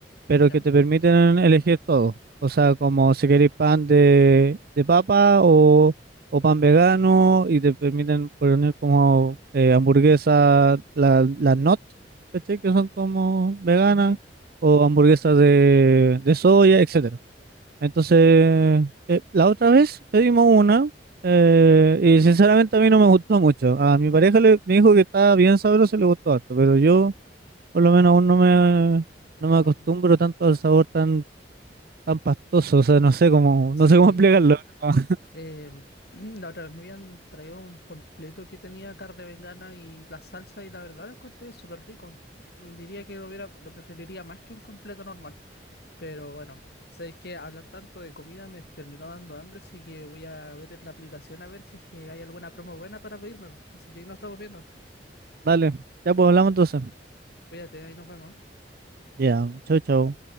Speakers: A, on the right; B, on the left.
A: pero
B: Ya.
A: que te permiten elegir todo. O sea, como si queréis pan de, de papa o, o pan vegano y te permiten poner como eh, hamburguesas, la- las not, ¿cachai? Que son como veganas
B: Ujú.
A: o hamburguesas de, de soya, etcétera. Entonces, eh, la otra vez pedimos una eh, y sinceramente a mí no me gustó mucho. A mi pareja le- me dijo que estaba bien sabroso y le gustó harto, pero yo... Por lo menos aún no me, no me
B: Mm,
A: acostumbro tanto al sabor tan, tan pastoso. O sea, no sé cómo,
B: Sí.
A: no sé cómo explicarlo. <laughs>
B: Em, <clears throat> la otra vez me habían traído un completo que tenía carne vegana y la salsa y la verdad lo encontré súper rico. Diría que lo hubiera, lo preferiría más que un completo normal. Pero bueno, sabéis que hablar tanto de comida me terminó dando hambre, así que voy a ver en la aplicación a ver si es que hay alguna promo buena para pedirme. Así que ahí nos estamos viendo.
A: Dale, ya pues hablamos entonces.
B: Cuídate, ahí nos vemos.
A: Ya, chau, chau.